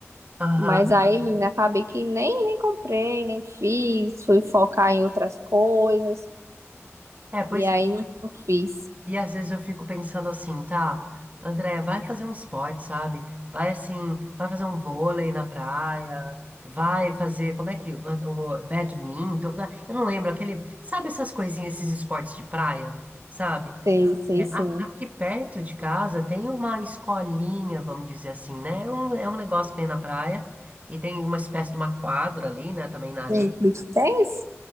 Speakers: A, on the right (about 30°); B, on the right (about 80°).
A: aham.
B: Mas aí, Ah, menina, acabei que nem, nem comprei, nem fiz, fui focar em outras coisas,
A: É, pois,
B: e aí
A: é.
B: não, não fiz.
A: e às vezes eu fico pensando assim, tá, André, vai fazer um esporte, sabe? Vai assim, vai fazer um vôlei na praia, vai fazer, como é que, o, o badminton, né? eu não lembro, aquele, sabe essas coisinhas, esses esportes de praia, sabe?
B: Sei, sei
A: É,
B: sim.
A: a- aqui perto de casa tem uma escolinha, vamos dizer assim, né? É um, é um negócio que tem na praia, e tem uma espécie de uma quadra ali, né, também na areia,
B: Sim, Beach tênis?